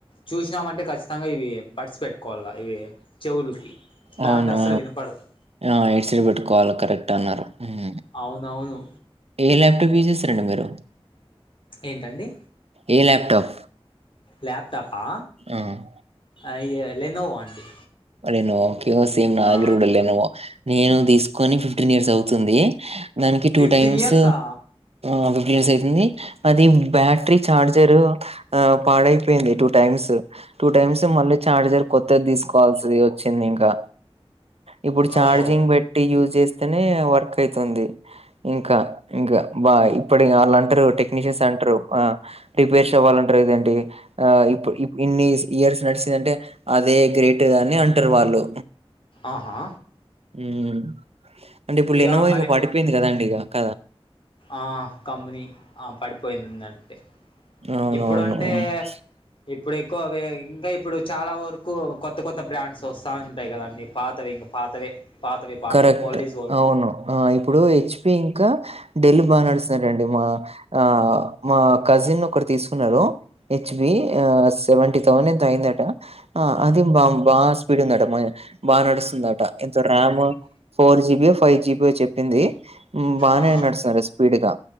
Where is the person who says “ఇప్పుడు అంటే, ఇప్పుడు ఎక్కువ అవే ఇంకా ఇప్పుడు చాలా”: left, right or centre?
Left